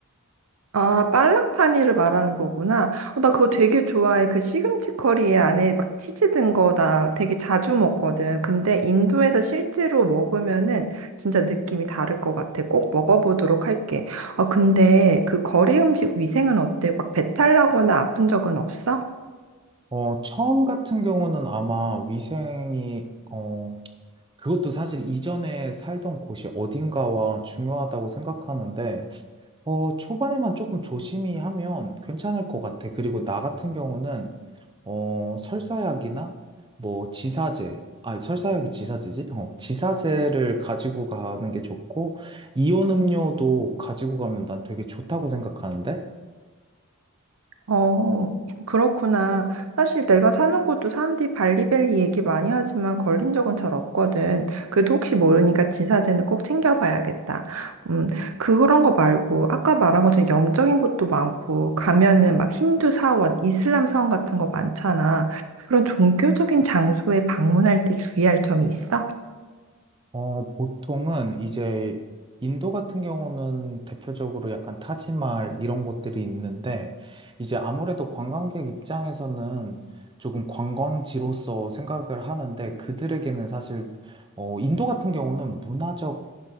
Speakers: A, on the right; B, on the right.
A: 아, 빨락파니를 말하는 거구나. 어, 나 그거 되게 좋아해. 그 시금치 커리에 안에 막 치즈 든 거 나 되게 자주 먹거든. 근데 인도에서 실제로 먹으면은 진짜 느낌이 다를 것 같아. 꼭 먹어보도록 할게. 아, 근데 그 거리 음식 위생은 어때? 막 배탈 나거나 아픈 적은 없어?
B: 어, 처음 같은 경우는 아마 위생이, 어, 그것도 사실 이전에 살던 곳이 어딘가와 중요하다고 생각하는데, 어, 초반에만 조금 조심히 하면 괜찮을 것 같아. 그리고 나 같은 경우는 어, 설사약이나 뭐 지사제, 아, 설사약이 지사제지? 어, 지사제를 가지고 가는 게 좋고, 이온 음료도 가지고 가면 난 되게 좋다고 생각하는데,
A: 어, 그렇구나. 사실 내가 사는 곳도 사람들이 발리밸리 얘기 많이 하지만 걸린 적은 잘 없거든. 그래도 혹시 모르니까 지사제는 꼭 챙겨봐야겠다. 음, 그런 거 말고 아까 말한 것처럼 영적인 곳도 많고 가면은 막 힌두 사원, 이슬람 사원 같은 거 많잖아. 그런 종교적인 장소에 방문할 때 주의할 점이 있어?
B: 어, 보통은 이제 인도 같은 경우는 대표적으로 약간 타지말 이런 곳들이 있는데 이제 아무래도 관광객 입장에서는 조금 관광지로서 생각을 하는데 그들에게는 사실 어, 인도 같은 경우는 문화적